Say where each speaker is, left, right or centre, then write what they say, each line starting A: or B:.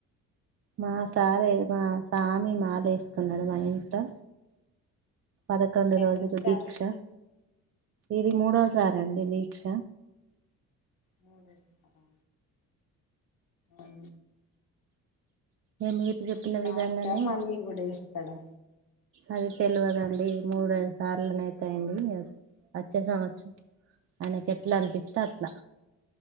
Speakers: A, on the right; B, on the left.
A: మా సారే మా సామి మాల ఎస్కున్నాడ్ మా ఇంట్లో పదకొండు
B: ఎన్నోసారండి
A: రోజులు దీక్ష ఇది మూడవసారి అండి దీక్ష
B: మూడో సారా ఉ
A: మీరు చెప్పిన
B: ఇది
A: విధంగనే
B: లాస్టా మళ్ళీ కూడా వేస్తాడా
A: అది తెల్వదండి మూడుఐదు సార్లనైతే అయింది వచ్చే సంవత్సరం ఆయనకు ఎట్ల అనిపిస్తే అట్ల